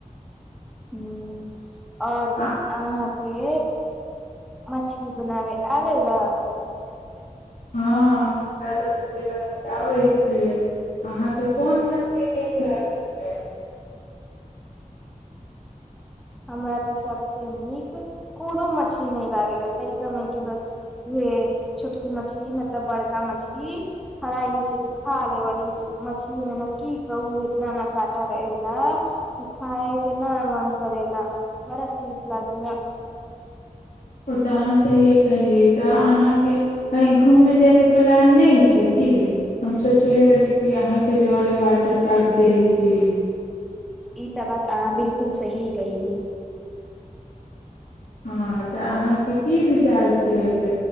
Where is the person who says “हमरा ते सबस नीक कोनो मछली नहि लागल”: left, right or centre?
Centre